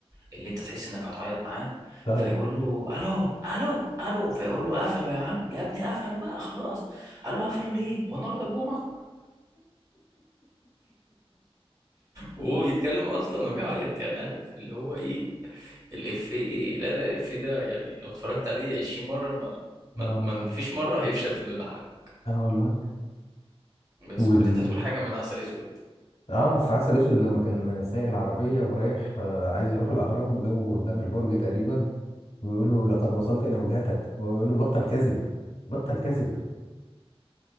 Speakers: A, on the right (about 35°); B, on the left (about 85°).
A: اللي انت تحس انك هتعيط معاه
B: صحيح
A: فيقول له الو الو الو فيقول له قفلوا يا عم يا ابني قفلوا بقى خلاص قال له قفلوا ليه هو النهارده الجمعه وهو بيتكلم اصلا وبيعيط يعني عارف اللي هو ايه الافيه لا لا الافيه ده يعني لو اتفرجت عليه 20 مره ما ما
B: اه
A: ما فيش مره هيفشل في انه يضحكك
B: اه والله
A: بس
B: وال
A: كنت انت هتقول حاجه من عسل اسود
B: اه في عسل اسود لما كان سايق العربيه ورايح آه عايز يروح الاهرام وجابه قدام البرج تقريبا ويقول له لقد وصلت الى وجهتك ويقول له بطل كذب بطل كذب